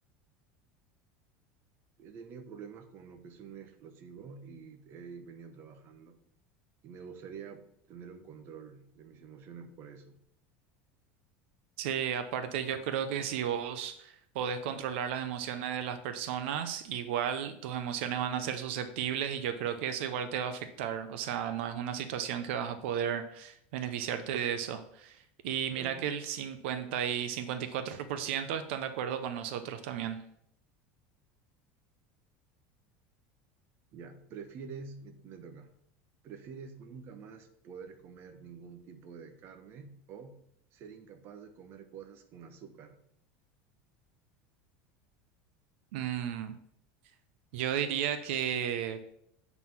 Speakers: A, on the right (about 35°); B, on the right (about 75°).
A: He tenido problemas con lo que soy muy explosivo y he venido trabajando. Y me gustaría tener un control de mis emociones por eso.
B: Sí, aparte yo creo que si vos podés controlar las emociones de las personas, igual tus emociones van a ser susceptibles y yo creo que eso igual te va a afectar. O sea, no es una situación que vas a poder beneficiarte de eso. Y
A: Claro.
B: mira que el cincuenta y 54% están de acuerdo con nosotros también.
A: Ya, prefieres, me, me toca, ¿prefieres nunca más poder comer ningún tipo de carne o ser incapaz de comer cosas con azúcar?
B: Mm, yo diría que